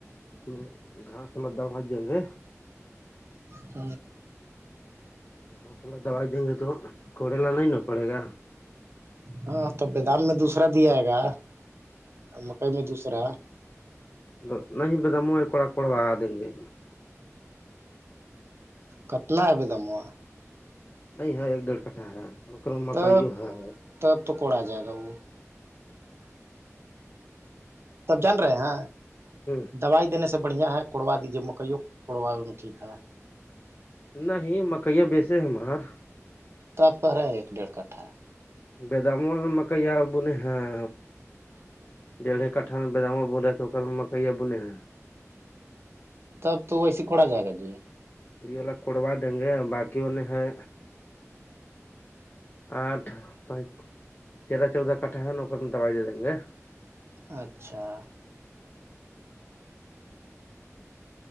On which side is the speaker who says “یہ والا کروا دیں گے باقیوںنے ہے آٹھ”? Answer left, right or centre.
Left